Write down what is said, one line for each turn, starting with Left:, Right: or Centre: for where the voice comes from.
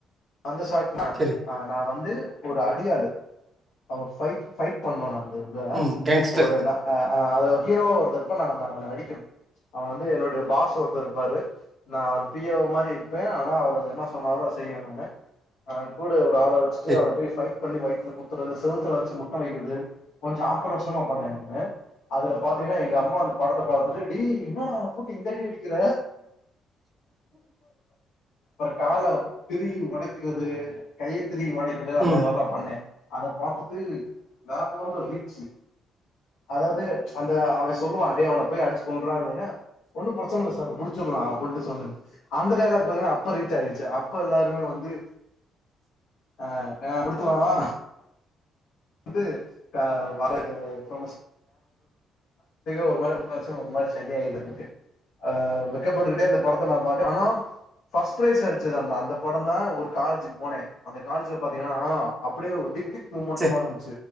Left: வந்த சாட்னா
Right: செரி
Left: ஆ நா வந்து ஒரு அடியாலு அவோ ஃபைட் ஃபைட் பண்ணோ நா ஒரு தா
Right: ம் கேங்ஸ்டர்
Left: ஒரு ந அ அ அதுல ஹீரோவா ஒருத்த இர்ப்பா நா நா அவன அடிக்கணு அவ வந்து என்னுடைய பாஸ் ஒருத்தர் இருப்பாரு நான் அவர் பி ஏ ஓ மாரி இருப்பே ஆனா அவர் வந்து என்னா சொன்னாரோ அத செய்வே நானு ஆ கூட ஒ ஒரால வச்சிட்டு
Right: செரி
Left: அவன போய் ஃபைட் பண்ணி வைத்துல குத்தறது செவுத்துல வச்சி முட் டொ வைக்கிறது கொஞ்சோ ஆக்ரோஷமா பண்ண <unintelligible> அதுல பாத்தீன்னா எங்க அம்மா அந்த படத்தப் பாத்துட்டு <unintelligible> என்னடா அவன போட்டு இந்த அடி அடிக்கிற <unintelligible> கால்ல திருவி ஒடச் <unintelligible> கையத் திரும்பி ஒடைக்கிறது அந்த
Right: ம்
Left: மாரில்லா பண்ணே அத பாத்துட்டு வேற ஃபோன்ல ரீச் அதாவுது அந்த அவன் சொல்லுவான் டே அவன போய் அடுச்சு கொன்றானோன ஒன்னு பிரச்சன இல்ல சார் முடுச்சுர்லா அப்புன்டு சொன்ன அந்த டைலாக் பாத்தீங்கன்னா அப்ப ரீச் ஆயிர்ச்சு அப்ப எல்லாருமே வந்து அ அ குடுத்தலாமா வந்து அ வ <inaudible> ஒரு மாரி ஷை ஆயிடுத்து ஆ வெக்கப்பட்டுக்குட்டே அந்த படத்த நா பாக்க ஆனா ஃபர்ஸ்ட் ப்ரைஸ் அடுச்சது அந்த அந்த படந்தா ஒரு காலேஜுக் போனே அந்த காலேஜுல பாத்தீங்கனா அப்டியே ஒரு திக் திக் மொட்ட
Right: செரி
Left: மாலும்